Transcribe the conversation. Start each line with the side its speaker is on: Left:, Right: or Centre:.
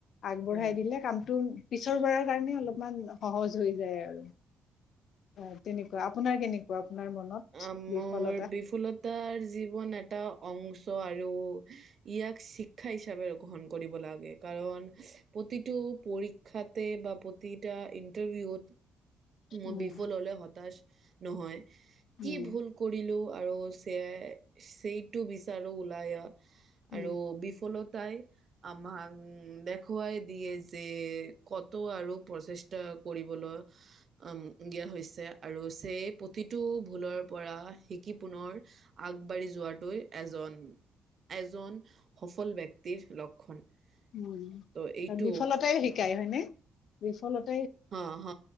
Left: আগবঢ়াই
Right: উম,
Left: দিলে কামটো। পিছৰ বাৰাৰ কাৰণে অলপমান সহজ হৈ যায় আৰু। অ, তেনেকুৱা। আপোনাৰ কেনেকুৱা। আপোনাৰ মনত
Right: আ মোৰ
Left: বিফলতা
Right: বিফুলতাৰ জীৱন এটা অংশ ত আৰু ইয়াক শিক্ষা হিচাপে গ্ৰহণ কৰিব লাগে কাৰণ প্ৰতিটো পৰীক্ষাতে বা প্ৰতিটা ইণ্টাৰভিউত মই
Left: উম
Right: বিফল হলে হতাশ নহয়। কি
Left: উম
Right: ভুল কৰিলো আৰু চিয়াৰ সেইটো বিচাৰোঁ ওলাই
Left: উম
Right: আৰু বিফলত তাই আমাক উম দেখুৱাই দিয়ে যে কত আৰু প্ৰচেষ্টা কৰিবলৈ উম দিয়া হৈছে আৰু সেই প্ৰতিটো ভুলৰ পৰা শিকি পুনৰ আগবাঢ়ি যোৱাটোৱে এজন এজন সফল ব্যক্তিৰ লক্ষণ।
Left: মই
Right: ত' এইটো
Left: বিফলতাই শিকায় হয়নে। বিফলতা
Right: অ, হ